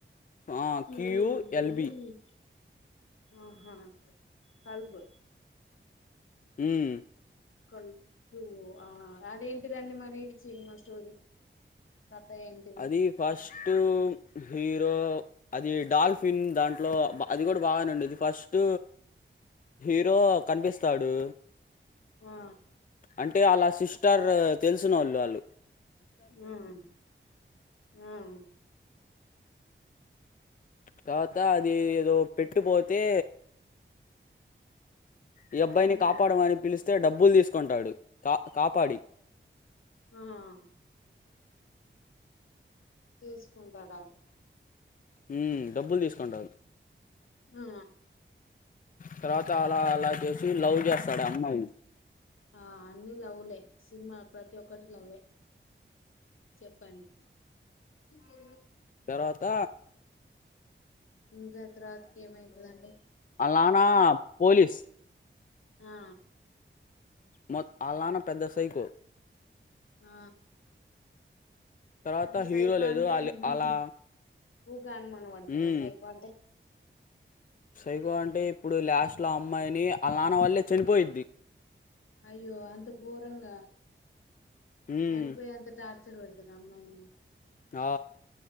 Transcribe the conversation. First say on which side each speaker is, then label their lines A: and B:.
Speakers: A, on the left; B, on the left.
A: ఆ క్యూఎల్బి
B: ఉహు అహా కల్ప్
A: ఉమ్
B: కట్టు ఆ అదేంటిదండి మరి సినిమా స్టోరి? కథ ఏంటి?
A: అది ఫస్ట్ హీరో అది డాల్ఫిన్ దాంట్లో అది కూడా బాగనే ఉండేది, ఫస్ట్ హీరో కనిపిస్తాడు.
B: ఆ
A: అంటే ఆళ్ళ సిస్టర్ తెలిసినోళ్ళు ఆళ్ళు
B: మ్మ్ మ్మ్
A: తర్వాత అది ఏదో పెట్టు పోతే ఈ అబ్బాయిని
B: ఏం
A: కాపాడమని పిలిస్తే డబ్బులు తీసుకుంటాడు, కా కాపాడి
B: ఆహ తీసుకుంటాడా?
A: మ్మ్ డబ్బులు తీసుకుంట
B: ఆ
A: తర్వాత అలా అల చేసి లవ్ చేస్తాడు ఆ అమ్మాయి
B: ఆ అన్ని లవ్లే సినిమా ప్రతి ఒక్కటి లవ్వే చెప్పండి ఆ
A: తర్వాత
B: ఇంకా తర్వాతకి ఏమైతది అండి
A: అల్ నాన్న పోలీస్
B: ఆ
A: మొ ఆల్ నాన్న పెద్ద సైకో
B: ఆ
A: తర్వాత
B: అంటే
A: హీరో
B: సైకో
A: లేదు
B: అంటే
A: ఆళ్ళ
B: ఊకి
A: అలా
B: ఊక అనుమనం <unintelligible>
A: హ్మ్
B: సైకో అంటే
A: సైకో అంటే ఇప్పుడు లాస్ట్లో అమ్మాయిని ఆల్నాన్న వల్లే చనిపోయిద్ది
B: అయ్యో అంత ఘోరంగ
A: హ్మ్
B: చనిపోయి అంత టార్ <unintelligible> ఆ అమ్మాయిని
A: ఆ